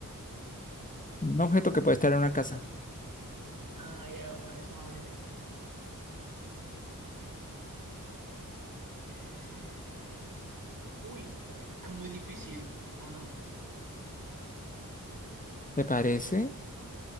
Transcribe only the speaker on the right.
ah, ya, bueno, es una buena pista. Eh, uy, esta esta está muy difícil, ¿o no?